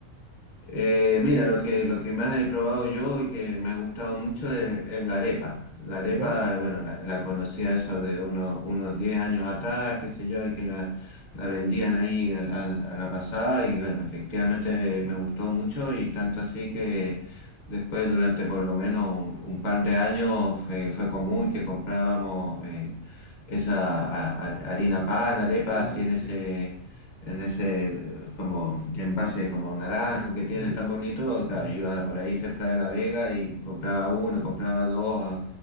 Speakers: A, on the left; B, on the right.
A: Eh, mira, lo que, lo que más he probado yo y que me ha gustado mucho es, es la arepa. La arepa,
B: ¿Ya?
A: eh, bueno, la, la conocía eso de unos, unos 10 años atrás, qué sé yo, y que la, la vendían ahí al- al- a la pasada y bueno, efectivamente me gustó mucho y tanto así que después durante por lo menos un, un par de años fue, fue común que comprábamos eh, esa a- a- harina pan, arepa,
B: Ah,
A: así
B: ok.
A: en ese en ese eh, como envase como naranjo que tienen
B: Ujú,
A: tan bonito, claro,
B: ujú.
A: yo iba por ahí cerca de La Vega y compraba uno, compraba dos